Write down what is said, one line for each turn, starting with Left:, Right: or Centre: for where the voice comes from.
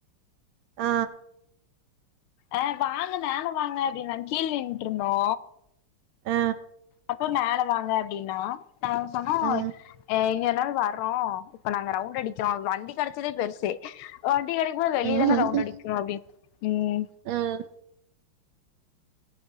Right: ஆ
Left: ஆ வாங்க மேல வாங்க அப்டின்ன கீழ் நின்ட்டு இருந்தோ
Right: ஆ
Left: அப்போ மேல வாங்க அப்டின்னா நாங்க சொன்னோ
Right: ம்
Left: ஆஎங்கனாலு வர்றோ இப்ப நாங்க ரவுண்டடிக்கிறோ வண்டி கெடச்சதே பெருசே வண்டி கெடக்கும்போது வெளிய
Right: ம்
Left: தான ரவுண்டு அடி இங்கு அப்டின்னு ம்
Right: ம்